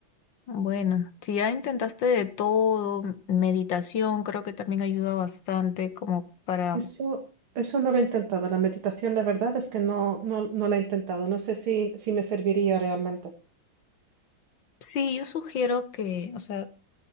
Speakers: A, on the left; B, on the right.
A: Bueno, si ya intentaste de todo, meditación creo que también ayuda bastante como para...
B: Eso, eso no lo he intentado. La meditación, la verdad es que no, no, no la he intentado. No sé si, si me serviría realmente.
A: Sí, yo sugiero que, o sea,